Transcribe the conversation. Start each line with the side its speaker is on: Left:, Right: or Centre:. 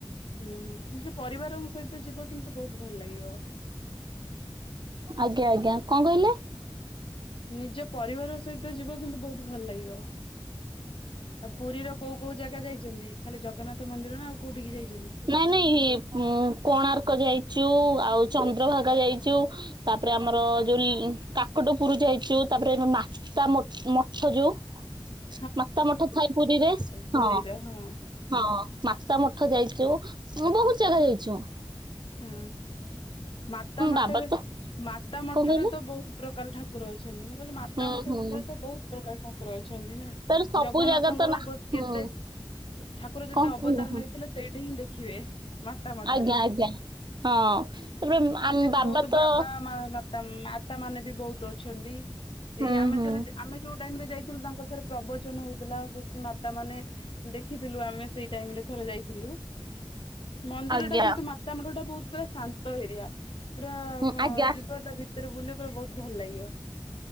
Left: ହ ନିଜ ପରିବାରଙ୍କ ସହିତ ଯିବ କିନ୍ତୁ ବହୁତ ଭଲ ଲାଗିବ।
Right: ଆଜ୍ଞା ଆଜ୍ଞା। କଣ କହିଲେ
Left: ନିଜ ପରିବାର ସହିତ ଯିବ କିନ୍ତୁ ବହୁତ ଭଲ ଲାଗିବ। ଆଉ ପୁରୀର କୋଉ କୋଉ ଜାଗା ଯାଇଛନ୍ତି ଖାଲି ଜଗନ୍ନାଥ ମନ୍ଦିର ନା ଆଉ କୋଉଠିକି ଯାଇ
Right: ନାଇଁ ନାଇଁ କୋଣାର୍କ ଯାଇ ଚୁ ଆଉ, ଚନ୍ଦ୍ରଭାଗା ଯାଇଛୁ, ତାପରେ ଆମର ଯୋଉ କାକଟପୁର ଯାଇଛୁ। ତାପରେ ମାତା ମ ମଠ ଯୋଉ?
Left: ହ <inaudible>
Right: ମାତା ମଠ ଥାଏ ପୁରୀରେ
Left: ପୁରୀର
Right: ହଁ
Left: ହଁ।
Right: ହଁ ମାତା ମଠ ଯାଇ ଛୁ, ବହୁତ ଜାଗା ଯାଇଛୁ।
Left: ହୁଁ ମାତା ମଠରେ
Right: ବାବା
Left: ମା
Right: ତ
Left: ମାତା ମଠରେ
Right: କଣ କହିଲେ?
Left: ତ ବହୁତ ପ୍ରକାର ଠାକୁର ଅଛନ୍ତି, ମୁଁ କହିଲି ମାତା
Right: ହୁଁ
Left: ମଠ
Right: ହୁଁ
Left: ଭିତରେ ତ ବହୁତ ପ୍ରକାର ଠାକୁର ଅ ଅଛନ୍ତି ନା।
Right: ତାର ସବୁ
Left: ଜଗନ୍ନାଥଙ୍କର
Right: ଜାଗା ତ ନା ହୁଁ
Left: କେତେ ଠାକୁର ଯେତେ
Right: କଣ
Left: ଅବଦାର
Right: କହିଲ ହଁ
Left: ନେଇଥିଲେ ସେଇଠି ହିଁ ଦେଖିବେ ମାତା ମଠରେ।
Right: ଆଜ୍ଞା ଆଜ୍ଞା
Left: ଆଜ୍ଞ।
Right: ହଁ ତାପରେ
Left: ସେଠି
Right: ଆମ
Left: ବି ବହୁତ
Right: ତ
Left: ବାବା ମା ମାତା ମା ତା ମାନେ ବି ବହୁତ ଅଛନ୍ତି, ଏଇ
Right: ହୁଁ
Left: ଆମେ
Right: ହୁଁ
Left: ଥରେ ଆମେ ଯୋଉ ଟାଇମ ରେ ଯାଇଥିଲୁ ତାଙ୍କର ଥରେ ପ୍ରବଚନ ହଉଥିଲା ବସି ମାତା ମାନେ ଦେଖିଥିଲୁ ଆମେ ସେଇ ଟାଇମ ରେ ଥରେ ଯାଇଥିଲୁ। ମନ୍ଦିର
Right: ଆଜ୍ଞା
Left: ଟା କିନ୍ତୁ ମା ବୋହୁତ ପୁରା ଶାନ୍ତ ଏରିଆ ପୁରା
Right: ହୁଁ
Left: ପ
Right: ଆଜ୍ଞା
Left: ଜିବ ତା ଭିତରେ ବୁଲି ବହୁତ ଭଲ ଲାଗିବ।